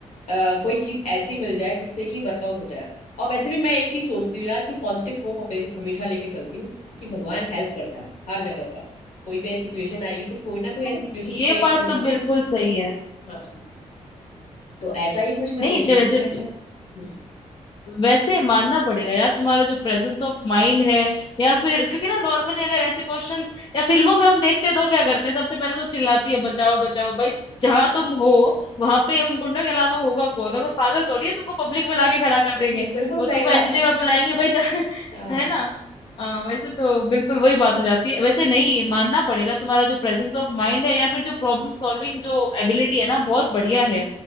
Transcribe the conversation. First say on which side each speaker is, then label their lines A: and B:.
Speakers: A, on the left (about 60°); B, on the left (about 40°).
A: अ, कोई चीज ऐसी मिल जाए जिससे कि वर्कआउट हो जाए और वैसे भी मैं एक चीज सोचती हूँ यार कि पॉजिटिव होप हमेशा लेके चलती हूँ कि भगवान हेल्प करता है हर जगह पर कोई भी ऐसी सिचुएशन आएगी तो कोई ना कोई
B: हम्म।
A: ऐसी सिचुएशन
B: ये
A: क्रिएट
B: बात
A: करेगा
B: तो बिल्कुल सही है
A: हाँ तो ऐसा ही कुछ मैं
B: नहीं
A: सोचूंगी
B: नहीं वैसे
A: उस टाइम
B: तो
A: पर हम्म,
B: वैसे मानना पड़ेगा यार तुम्हारा जो प्रेजेंस ऑफ माइंड है या फिर क्योंकि ना नॉर्मली अगर ऐसे क्वेश्चंस या फिल्मों में हम देखते हैं तो वो क्या करते हैं सबसे पहले तो चिल्लाती है बचाओ बचाओ भाई जहां तुम हो वहां पे उन गुंडों के अलावा होगा कौन अगर पागल थोड़ी है तुमको पब्लिक में लाके खड़ा कर
A: नहीं,
B: देंगे
A: बिल्कुल
B: वो
A: सही
B: तुमको ऐसी
A: बात है
B: जगह पे लाएंगे भाई जहाँ-
A: हाँ
B: <laughs> है ना आ, वैसे तो बिल्कुल वही बात हो जाती है वैसे नहीं मानना पड़ेगा तुम्हारा जो प्रेजेंस ऑफ माइंड है या फिर जो प्रॉब्लम सॉल्विंग जो एबिलिटी है ना बहुत बढ़िया है